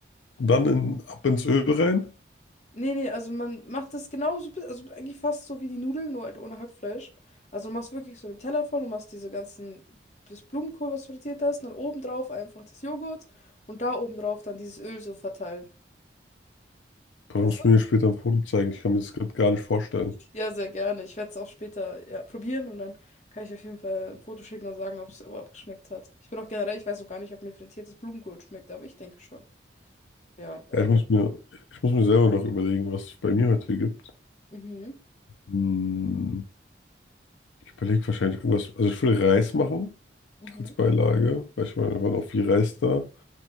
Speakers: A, on the left (about 85°); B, on the left (about 40°).
A: Und dann in, ab ins Öl rein?
B: nee, nee, also man macht das genauso, bi- also eigentlich fast so wie die Nudeln, nur halt ohne Hackfleisch. Also du machst wirklich so einen Teller voll, du machst diese ganzen, das Blumenkohl, was du frittiert hast, und dann obendrauf einfach das Joghurt und da obendrauf dann dieses Öl so verteilen.
A: Boah,
B: Weißt
A: musst
B: du?
A: du mir später ein Foto zeigen. Ich kann mir das gerade gar nicht vorstellen.
B: Ja, sehr gerne. Ich werde es auch später ja, probieren und dann kann ich auf jeden Fall ein Foto schicken und sagen, ob es überhaupt geschmeckt hat. Ich bin auch generell, ich weiß auch gar nicht, ob mir frittiertes Blumenkohl schmeckt, aber ich denke schon. Ja, ähm,
A: Ja, ich muss mir, ich muss mir selber noch überlegen, was es bei mir heute gibt.
B: Mhm.
A: Hm, ich überlege wahrscheinlich irgendwas. Also ich will Reis machen
B: Mhm.
A: als Beilage, weil ich meine, da war noch viel Reis da.